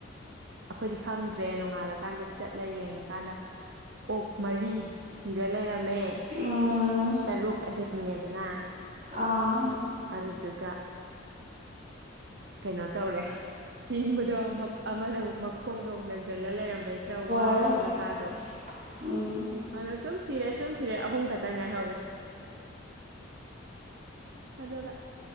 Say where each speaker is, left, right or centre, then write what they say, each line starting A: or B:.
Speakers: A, on the right; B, on the right.
A: ꯑꯩꯈꯣꯏꯗꯤ ꯈꯪꯗ꯭ꯔꯦ ꯅꯣꯡꯉꯥꯜꯂ ꯀꯥꯟꯗ ꯆꯠꯂ ꯌꯦꯡꯉꯀꯥꯟꯗ ꯑꯣꯛ ꯃꯔꯤ ꯁꯤꯔ ꯂꯩꯔꯝꯃꯦ
B: ꯑꯣ
A: ꯇꯔꯨꯛ ꯑꯍꯤꯡꯉꯦꯗꯅ
B: ꯑꯥ
A: ꯑꯗꯨꯗꯨꯒ ꯀꯩꯅꯣ ꯇꯧꯔꯦ ꯍꯤꯡꯕꯗꯣ ꯑꯃꯥꯅ ꯑꯃꯨꯛ ꯃꯈꯣꯡꯗꯣ ꯅꯟꯖꯤꯜꯂꯒ ꯂꯩꯔꯝꯕꯩ ꯈꯔ ꯋꯥꯔꯕ
B: ꯑꯣ
A: ꯃꯁꯥꯗꯣ
B: ꯃꯁꯥꯗꯣ
A: ꯑꯗꯣ ꯁꯨꯝ ꯁꯤꯔꯦ ꯁꯨꯝ ꯁꯤꯔꯦ ꯑꯍꯨꯝ ꯈꯛꯇꯪ ꯉꯥꯏꯍꯧꯔꯦ ꯑꯗꯨꯒ